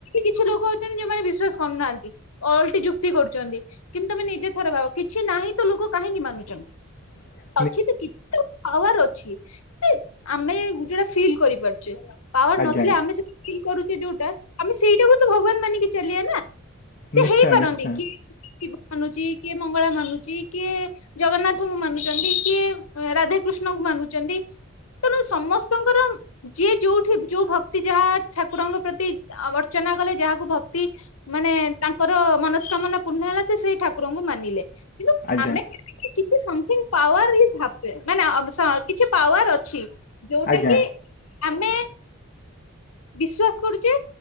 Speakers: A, on the left; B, on the left.
A: କିଛି ଲୋକ ଅଛନ୍ତି ଯୋଉମାନେ ବିଶ୍ଵାସ କରୁନାହାନ୍ତି। ଓଲ୍ଟି ଯୁକ୍ତି କରୁଛନ୍ତି କିନ୍ତୁ ତମେ ନିଜେ ଥର ଭାବ କିଛି ନାହିଁ ତ ଲୋକ କାହିଁକି ମାନୁଛନ୍ତି?
B: <inaudible>
A: ଅଛି ତ କିଛି ତ ପାୱାର ଅଛି ସେ ଆମେ ଯୋଉଟା ଫିଲ୍ କରିପାରୁଛେ। ପାୱାର
B: ଆଜ୍ଞା
A: ନଥିଲେ ଆମେ ସେଠି ଫିଲ୍ କରୁଛେ ଯୋଉଟା ଆମେ ସେଇଟାକୁ ତ ଭଗବାନ ମାନିକି ଚାଲିବା ନା। ସେ
B: ନିଶ୍ଚୟ
A: ହେଇପାରନ୍ତି
B: ନିଶ୍ଚୟ
A: କିଏ ଶିବ ମାନୁଛି କିଏ ମଙ୍ଗଳା ମାନୁଛି କିଏ? ଜଗନ୍ନାଥଙ୍କୁ ମାନୁଛନ୍ତି କିଏ ରାଧାକୃଷ୍ଣଙ୍କୁ ମାନୁଛନ୍ତି? ତେଣୁ ସମସ୍ତଙ୍କର ଯିଏ ଯୋଉଠି ଯୋଉ ଭକ୍ତି ଯାହା ଠାକୁରଙ୍କ ପ୍ରତି ଅର୍ଚ୍ଚନା କଲେ ଯାହାକୁ ଭକ୍ତି ମାନେ ତାଙ୍କର ମନସ୍କାମନା ପୂର୍ଣ୍ଣ ହେଲା ସେ ସେଇ ଠାକୁରଙ୍କୁ ମାନିଲେ କିନ୍ତୁ
B: ଆଜ୍ଞା
A: ଆମେ <inaudible> କିଛି ସମଥିଙ୍ଗ ପାୱାରବି ଭାବେ ମାନେ କିଛି ପାୱାର ଅଛି ଯୋଉଟା
B: ଆଜ୍ଞା
A: କି ଆମେ ବିଶ୍ଵାସ କରୁଛେ।